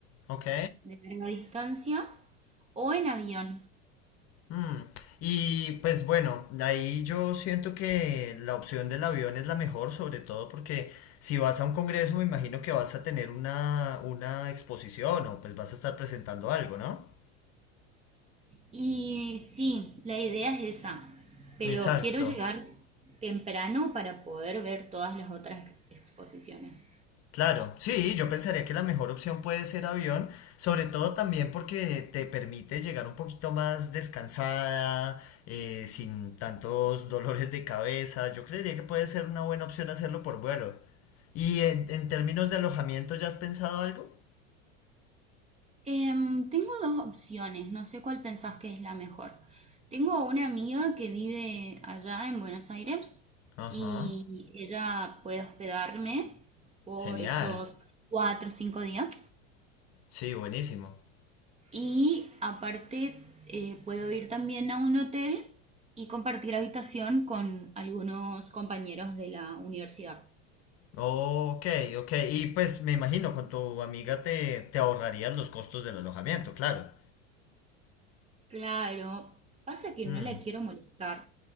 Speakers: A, on the left; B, on the right.
A: ok.
B: de larga distancia o en avión.
A: Mm, Y pues bueno, ahí yo siento que la opción del avión es la mejor, sobre todo porque si vas a un congreso me imagino que vas a tener una, una exposición o pues vas a estar presentando algo, ¿no?
B: Y sí, la idea es esa, pero
A: Exacto.
B: quiero llegar temprano para poder ver todas las otras ex- exposiciones.
A: Claro, sí, yo pensaría que la mejor opción puede ser avión, sobre todo también porque te permite llegar un poquito más descansada, eh, sin tantos dolores de cabeza. Yo creería que puede ser una buena opción hacerlo por vuelo. ¿Y en, en términos de alojamiento ya has pensado algo?
B: Em, tengo dos opciones, no sé cuál pensás que es la mejor. Tengo una amiga que vive allá en Buenos Aires
A: Ajá,
B: y ella puede hospedarme por
A: genial.
B: esos cuatro o cinco días.
A: Sí, buenísimo.
B: Y aparte, eh, puedo ir también a un hotel y compartir habitación con algunos compañeros de la universidad.
A: Ok, ok. Y pues me imagino, con tu amiga te, te ahorrarías los costos del alojamiento, claro.
B: Claro, pasa que
A: Mm.
B: no la quiero molestar.